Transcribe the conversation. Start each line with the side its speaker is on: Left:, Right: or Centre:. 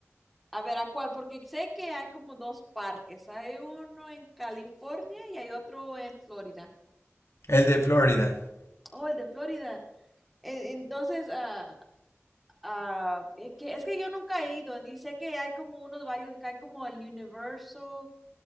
Centre: A ver, ¿a cuál? Porque sé que hay como dos parques. Hay uno en California y hay otro en Florida.
Left: el de Florida.
Centre: Oh, el de Florida. E- Entonces, ah, Ah, es que, es que yo nunca he ido y sé que hay como unos varios, que hay como el Universal